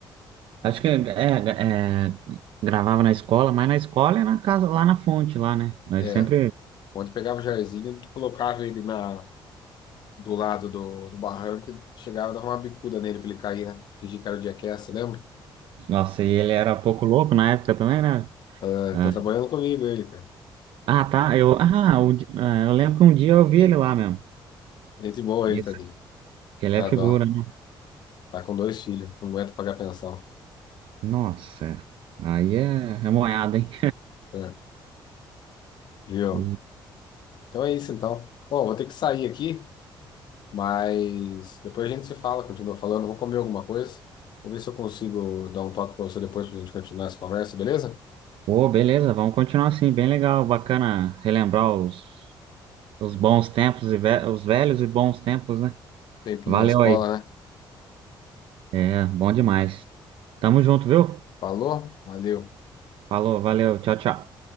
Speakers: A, on the right; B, on the left.
A: Acho que é, é, gravava na escola, mas na escola e na casa, lá na fonte, lá, né? Nós
B: É,
A: sempre.
B: onde pegava o Jairzinho, tu colocava ele na, do lado do, do barranco e chegava e dava uma bicuda nele pra ele cair, né? Fingir que era o Jackass, lembra?
A: Nossa, e ele era pouco louco na época também, né?
B: Tá,
A: Ah,
B: tá trabalhando comigo ele, cara.
A: ah, tá. Eu, ah, o di- ah, eu lembro que um dia eu vi ele lá mesmo.
B: Gente boa
A: Isso,
B: ele, tadinho.
A: que ele
B: Dá
A: é figura,
B: dó.
A: né?
B: Tá com dois filhos, não aguenta pagar pensão.
A: Nossa, aí é, é moiado, hein?
B: É, viu?
A: <laughs>
B: Então é isso então. Pô, vou ter que sair aqui. Mas depois a gente se fala, continua falando. Vou comer alguma coisa. Vou ver se eu consigo dar um toque para você depois para a gente continuar essa conversa, beleza?
A: Pô, beleza, vamos continuar assim, bem legal, bacana relembrar os, os bons tempos, e ve- os velhos e bons tempos, né?
B: Tempinho
A: Valeu
B: da escola,
A: aí,
B: né?
A: é, bom demais. Tamo junto, viu?
B: Falou, valeu.
A: Falou, valeu, tchau, tchau.